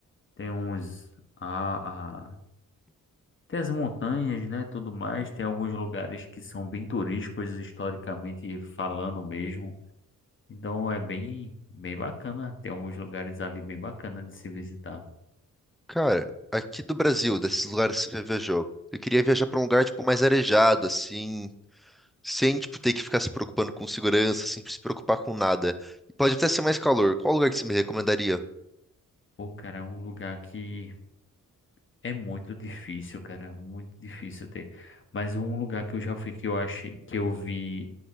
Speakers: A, on the left; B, in the centre.
A: tem uns, a, Tem as montanhas, né, tudo mais, tem alguns lugares que são bem turísticos, historicamente falando mesmo. Então é bem, bem bacana, tem alguns lugares ali bem bacana de se visitar.
B: Cara, aqui do Brasil, desses lugares que você já viajou, eu queria viajar para um lugar, tipo, mais arejado, assim, sem, tipo, ter que ficar se preocupando com segurança, sem se preocupar com nada. E pode até ser mais calor. Qual lugar que você me recomendaria?
A: Pô, cara, é um lugar que é muito difícil, cara, muito difícil ter. Mas um lugar que eu já fui que eu achei, que eu vi